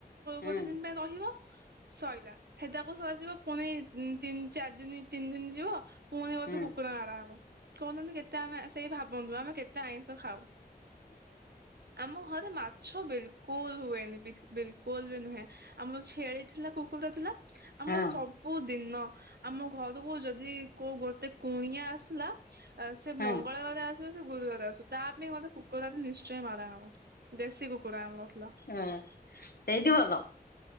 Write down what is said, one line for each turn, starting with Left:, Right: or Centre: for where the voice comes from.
Left: ହଁ
Right: ଗୋଟେ ଦିନ ପାଇଁ ରହିବ ସରିଲା ହେଟାକୁ ସରିବ ପୁଣି ତିନି ଚାରି ଦିନ ତିନି ଦିନ ଯିବ ପୁଣି ଗୋଟେ
Left: ହଁ
Right: କୁକୁଡ଼ା ମାରା ହବ କୁହନ୍ତୁ କେତେ ଆମେ ସେଇ ଭାବନ୍ତୁ ଆମେ କେତେ ଆଇଁଷ ଖାଉ। ଆମ ଘରେ ମାଛ ବି ବିଲକୁଲ ହୁଏନି ବିଲକୁଲ ବି ନୁହେଁ ଆମର ଛେଳି ଥିଲା କୁକୁଡ଼ା ଥିଲା ଆମର
Left: ହଁ
Right: ସବୁ ଦିନ ଆମ ଘରକୁ ଯଦି କୋଉ ଗୋଟେ କୁଣିଆ ଆସିଲା ସେ
Left: ହଁ
Right: ମଙ୍ଗଳବାର ଆସୁ ସେ ଗୁରୁବାର ଆସୁ ତା ପାଇଁ ମୋତେ କୁକୁଡ଼ା ଟି ନିଶ୍ଚୟ ମାରାହବ। ଦେଶୀ କୁକୁଡ଼ା ଆମର ଥିଲା।
Left: ହଁ ସେମିତି ଭଲ।